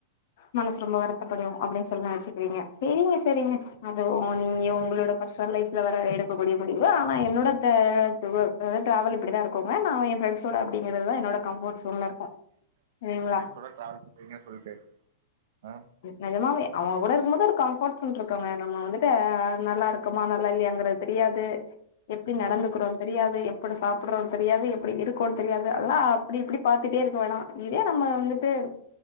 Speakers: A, on the left; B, on the right.
A: மனசு ரொம்ப வருத்தப்படும் அப்டின்னு சொல்லி நெனச்சுக்கிறீங்க சரிங்க சரிங்க அதுவும் நீங்க உங்களோட பெர்ஷ்னல் லைஃப்ல வேற எடுக்கக்கூடிய முடிவு ஆனா என்னோட த அதாவது ட்ராவல் இப்டி தா இருக்குங்க நா எ ஃப்ரென்ஸோட அப்டிங்கிறதுதா என்னோட கம்ஃபோர்ட் சூனா இருக்கு சரிங்களா
B: இப்பதா கால் வைங்க சொல்ட்டு ஆ
A: நெஜமாவே அவுஉங்க கூட இருக்கும் போது ஒரு கம்ஃபோர்ட் சுன் இருக்குங்க நம்ம வந்துட்டு அ நல்ல இருக்குமா நல்லா இல்லையாங்கறது தெரியாது எப்டி நடந்துக்குறோ
B: ஆ
A: தெரியாது எ எப்டி சாப்புட்றோம்னு தெரியாது எப்டி இருக்குன்னு தெரியாது அதல்லா அப்டி இப்டி ப பாத்துட்டே இருக்க வேணா இதே நம்ம வந்துட் டு